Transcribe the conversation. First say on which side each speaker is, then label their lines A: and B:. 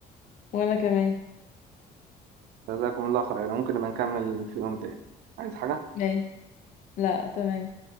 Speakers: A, on the left (about 50°); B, on the right (about 75°).
A: وانا كمان
B: جزاكم الله خيرا ممكن نبقى نكمل في يوم تاني عايز حاجه
A: ماشي لا تمام